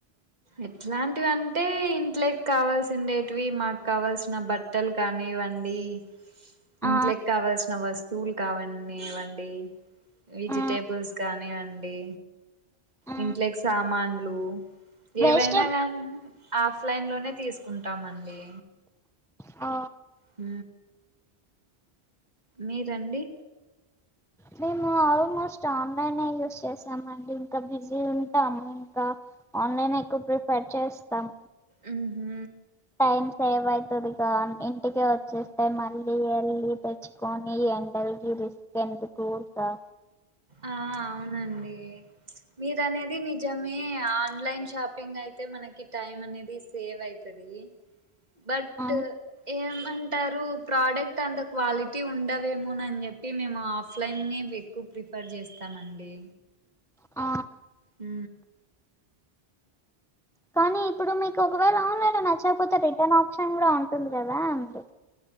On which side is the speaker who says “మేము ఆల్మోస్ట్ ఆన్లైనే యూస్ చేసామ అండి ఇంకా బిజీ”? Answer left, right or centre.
Centre